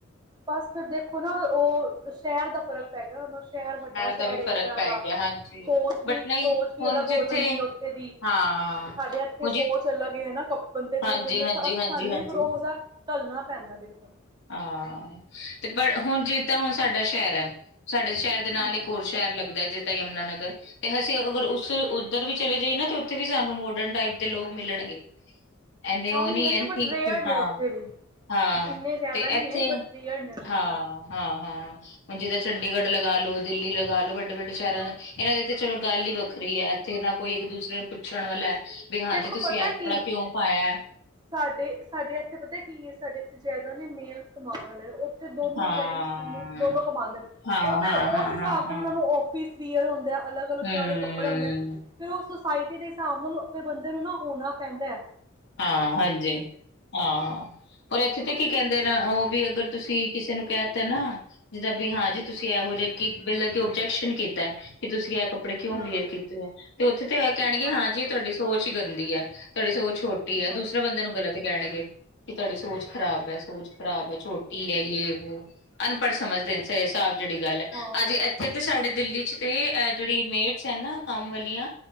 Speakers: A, on the right; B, on the left.
A: ਬਸ ਫਿਰ ਦੇਖੋ ਨਾ ਓ ਸ਼ਹਿਰ ਦਾ ਫ਼ਰਕ ਮੈਂ ਕੇਹਾ ਸ਼ਹਿਰ ਵੱਡਾ ਸ਼ਹਿਰ
B: ਦਾ ਵੀ
A: ਇੱਕ
B: ਫ਼ਰਕ
A: ਤਰ੍ਹਾਂ
B: ਪੈ
A: ਦਾ
B: ਗਿਆ ਹਾਂਜੀ
A: ਸੋਚ ਵੀ
B: ਬਟ ਨਹੀਂ
A: ਸੋਚ ਵੀ
B: ਹੁਣ
A: ਅਲੱਗ
B: ਜਿੱਥੇ
A: ਹੋ ਜਾਂਦੀ ਏ ਓਥੇ ਦੀ।
B: ਹਾਂ
A: ਸਾਡੇ ਐੱਥੇ
B: ਹੁਣ
A: ਸੋਚ
B: ਜ
A: ਅਲਗ ਏ ਹੈਨਾ ਕੱਪਨ ਤੇ ਦੇਖਦੇ
B: ਹਾਂਜੀ
A: ਫਿਰ
B: ਹਾਂਜੀ ਹਾਂਜੀ
A: ਸਾਨੂੰ ਵੀ
B: ਹਾਂਜੀ
A: ਫਿਰ ਓਹੋ ਜੇਹਾ ਢਲਣਾ ਪੈਂਦਾ ਦੇਖੋ
B: ਹਾਂ ਤੇ ਪਰ ਹੁਣ ਜੇ ਤਾਂ ਹੁਣ ਸਾਡਾ ਸ਼ਹਿਰ ਐ ਸਾਡਾ ਸ਼ਹਿਰ ਨਾਲ
A: ਹੂੰ
B: ਇੱਕ ਹੋਰ ਸ਼ਹਿਰ ਲੱਗਦੈ ਜਿੱਦਾ ਯਮੁਨਾ ਨਗਰ ਤੇ ਅਸੀਂ ਅਗਰ ਉਸ ਉੱਧਰ ਵੀ ਚਲੇ ਜਾਈਏ ਨਾ ਤੇ ਉੱਥੇ ਵੀ ਸਾਨੂੰ ਮੋਡਰਨ ਟਾਈਪ ਦੇ ਲੋਕ ਮਿਲਣਗੇ। ਇਹਨੇ
A: ਹਾਂ
B: ਓਹ
A: ਮਿਲਣਗੇ
B: ਨੀ ਹੈ
A: ਬਟ ਰੇਅਰ
B: ਬੀ ਹਾਂ
A: ਨੇ ਉੱਥੇ ਵੀ
B: ਹਾਂ।
A: ਇੰਨੇ ਜ਼ਿਆਦਾ
B: ਤੇ
A: ਨਹੀਂ
B: ਇੱਥੇ
A: ਹੈ ਬਟ
B: ਹਾਂ।
A: ਰੇਅਰ ਨੇ ਉੱਥੇ
B: ਹਾਂ ਹਾਂ ਹਾਂ ਹੁਣ ਜਿੱਦਾਂ ਚੰਡੀਗੜ੍ਹ ਲਗਾ ਲੋ ਦਿੱਲੀ ਲਗਾ ਲੋ ਵੱਡੇ ਵੱਡੇ ਸ਼ਹਿਰਾਂ
A: ਹਾਂ
B: ਇਹਨਾਂ ਦੀ ਤੇ ਚਲੋ ਗੱਲ ਹੀ ਵੱਖਰੀ ਹੈ ਇੱਥੇ ਨਾ ਕੋਈ ਇੱਕ ਦੂਸਰੇ ਫ ਪੁੱਛਣ ਵਾਲਾ ਹੈ ਵੀ ਹਾਂਜੀ
A: ਦੇਖੋ
B: ਤੁਸੀਂ
A: ਪਤਾ
B: ਇਹ ਕੱਪੜਾ
A: ਕੀ
B: ਕਿਉਂ ਪਾਇਐ।
A: ਸਾਡੇ, ਸਾਡੇ ਇੱਥੇ ਪਤਾ ਕੀ ਏ ਸਾਡੇ ਇੱਥੇ ਜ਼ਿਆਦਾ ਨੇ ਮੇਲਸ ਕਮਾਉਣ ਵਾਲੇ ਉਹ ਦੋਨੋ
B: ਹਾਂ
A: ਜੈਟਸ ਫੀਮੇਲਸ ਦੋਨੋ ਕਮਾਂਦੇ ਨੇ
B: ਹਾਂ
A: ਉਹ ਫੇਰ
B: ਹਾਂ
A: ਉਸ
B: ਹਾਂ
A: ਹਿਸਾਬ
B: ਹਾਂ ਹਾਂ
A: ਤੇ ਉਹਨਾਂ ਨੂੰ ਆਫਿਸ ਪੀਅਰ ਹੁੰਦੈ ਅਲੱਗ-ਅਲੱਗ
B: ਹਮ
A: ਤਰ੍ਹਾਂ ਦੇ ਕੱਪੜੇ ਹੁੰਦੇ ਨੇ ਫੇਰ ਸੁਸਾਇਟੀ ਦੇ ਹਿਸਾਬ ਨਾਲ ਉੱਥੇ ਬੰਦੇ ਨੂੰ ਨਾ ਹੋਣਾ ਪੈਂਦੈ।
B: ਹਾਂ ਹਾਂਜੀ ਹਾਂ। ਔਰ ਇੱਥੇ ਤੇ ਕੀ ਕਹਿੰਦੇ ਨ, ਉਹ ਵੀ ਅਗਰ ਤੁਸੀਂ ਕਿਸੇ ਨੂੰ ਕਹਿਤੈ ਨਾ। ਜਿੱਦਾਂ ਵੀ ਹਾਂ, ਜੀ ਤੁਸੀਂ ਇਹੋ ਜੇ ਕਿ ਪਹਿਲਾਂ ਤੇ ਓਬਜੈਕਸ਼ਨ ਕੀਤੈ ਕਿ ਤੁਸੀਂ ਇਹ ਕੱਪੜੇ ਕਿਉਂ
A: ਹਮ
B: ਵੇਅਰ ਕੀਤੇ ਐ, ਤੇ ਉੱਥੇ ਤੇ ਇਹ ਕਹਿਣਗੇ
A: ਹਾਂਜੀ
B: ਹਾਂ ਜੀ ਤੁਹਾਡੀ ਸੋਚ ਹੀ ਗੰਦੀ ਐ। ਤੁਹਾਡੀ ਸੋਚ ਛੋਟੀ
A: ਹਾਂ
B: ਦੂਸਰੇ ਬੰਦੇ ਨੂੰ ਗਲਤ ਕਹਿਣਗੇ। ਕਿ ਤੁਹਾਡੀ ਸੋਚ ਖਰਾਬ ਐ। ਸੋਚ ਖ਼ਰਾਬ ਐ, ਛੋਟੀ ਏ ਯੇ, ਵੋ ਅਨਪੜ੍ਹ ਸਮਝਦੇ ਨੇ ਸ ਸਾਫ਼ ਜਿਹੜੀ ਗੱਲ ਐ।
A: ਹਾਂ
B: ਹਾਂਜੀ ਇੱਥੇ ਤੇ ਸਾਡੇ ਦਿੱਲੀ ਚ ਤੇ ਐ ਜਿਹੜੀ ਮੇਟਸ ਹੈ ਨਾ, ਕੰਮ ਵਾਲੀਆਂ